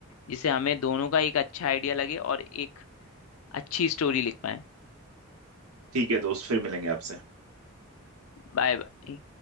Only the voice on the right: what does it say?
ठीक है दोस्त फिर मिलेंगे आपसे